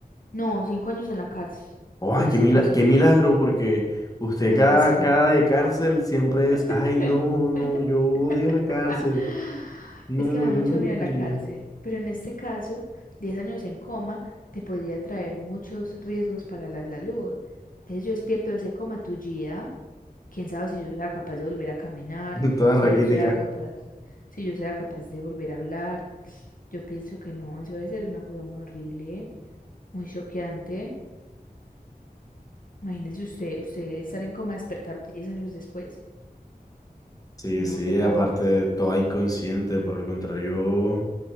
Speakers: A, on the left; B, on the left.
A: No, 5 años en la cárcel
B: Ay,
A: por esta
B: qué mila-
A: ocasión.
B: qué milagro, porque usted
A: Pero
B: cada,
A: que es que...
B: cada de cárcel siempre
A: <laughs>
B: es, ay, no, no, yo odio la cárcel.
A: <laughs>
B: No,
A: Es que me da
B: yo
A: mucho
B: no
A: miedo
B: podría.
A: la cárcel, pero en este caso, 10 años en coma te podría traer muchos riesgos para la salud. Entonces yo despierto de ese coma tullida, quién sabe si yo sea capaz de volver a caminar,
B: <laughs> Toda
A: si
B: raquítica.
A: yo sea capaz, si yo sea capaz de volver a hablar. Yo pienso que no, eso debe ser una cosa muy horrible, muy choqueante. Imagínese usted, usted estar en coma, despertar 10 años después.
B: Sí,
A: No,
B: sí,
A: qué trauma.
B: aparte, toda inconsciente, por el contrario,